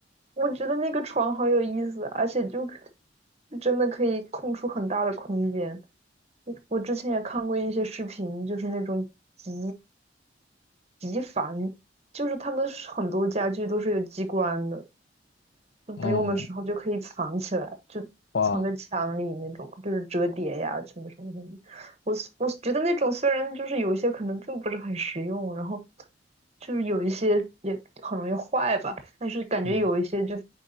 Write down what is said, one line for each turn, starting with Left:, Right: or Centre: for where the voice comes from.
Right: 我觉得那个床好有意思，而且就就真的可以空出很大的空间。我我之前也看过一些视频，就是那种极极繁，就是他们是很多家具都是有机关的，就不用的时候就可以藏起来，
Left: 哦，
Right: 就藏在墙里那种，
Left: 哇，
Right: 就是折叠呀，什么什么什么。我我觉得那种虽然就是有一些可能并不是很实用，然后就是有一些也很容易坏吧，但是感觉有一些就
Left: 嗯，